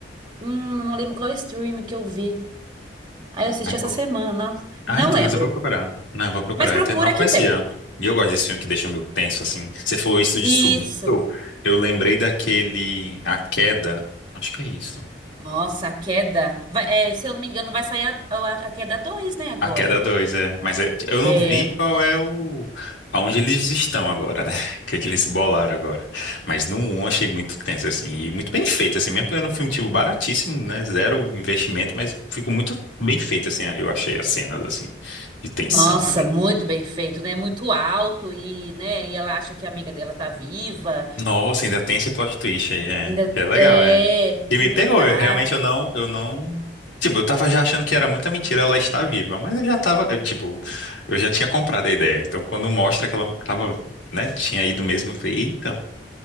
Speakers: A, on the right; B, on the left.
A: hum, não lembro qual stream que eu vi. Aí eu assisti
B: Ah, eu
A: essa
B: vou-
A: semana. Não
B: ah, então,
A: lembro.
B: mas eu vou procurar. Não, eu vou procurar.
A: Mas procura
B: Eu até não conhecia.
A: que tem.
B: E eu gosto desse filme que deixa meio tenso, assim. Você falou isso de
A: Isso.
B: subindo. Eu lembrei daquele A Queda. Acho que é isso.
A: Nossa, a queda. Vai- é, se eu não me engano, vai sair a, a- a queda 2, né, agora.
B: A Queda 2 é. Mas é- eu não
A: É.
B: vi qual é o. Aonde eles estão agora, né? <laughs> O que é que eles bolaram agora. Mas no 1 eu achei muito tenso, assim. E muito bem feito, assim. Mesmo que era um filme, tipo, baratíssimo, né? Zero investimento, mas ficou muito bem feito, assim. Eu achei as cenas, assim, de tensão
A: Nossa,
B: ali.
A: muito bem feito, né? Muito alto e, né, e ela acha que a amiga dela tá viva.
B: Nossa, ainda tem esse plot twist aí, é.
A: Ainda
B: Que é legal,
A: é,
B: é. E me
A: e não
B: pegou,
A: tá.
B: eu realmente eu não, eu não. Tipo, eu tava já achando que era muita mentira ela estar viva, mas eu já tava, eu, tipo, eu já tinha comprado a ideia. Então, quando mostra que ela tava, né, tinha ido mesmo, eu falei, eita,